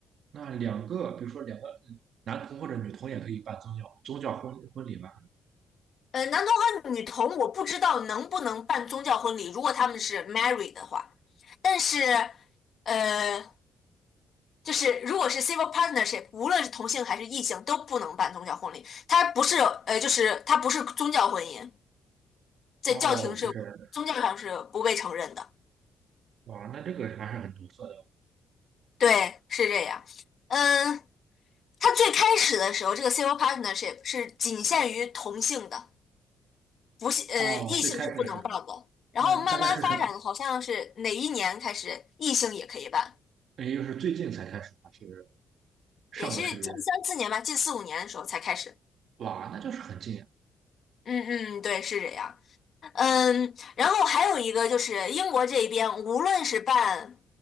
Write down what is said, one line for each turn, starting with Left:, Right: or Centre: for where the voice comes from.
Right: 那两个，比如说两个男童或者女童也可以办宗教宗教婚婚礼吧？
Left: 呃，男同和女同我不知道能不能办宗教婚礼，如果他们是 married 的话。但是，呃，就是如果是 civil partnership，无论是同性还是异性都不能办宗教婚礼，它不是呃，就是它不是宗教婚姻，在教廷是宗教上是不被承认的。
Right: 哦，是这样的哇，那这个还是很独特的。
Left: 对，是这样。嗯，它最开始的时候，这个 civil partnership 是仅限于同性的，不是呃异性是不能办的。
Right: 哦，最开始的时候呢，
Left: 然后慢慢发展，
Right: 那大概是什么？
Left: 好像是哪一年开始异性也可以办，
Right: 也就是最近才开始还是上个世纪？
Left: 也是近三四年吧，近四五年的时候才开始。
Right: 哇，那就是很近啊。
Left: 嗯嗯，对，是这样。嗯，然后还有一个就是英国这边，无论是办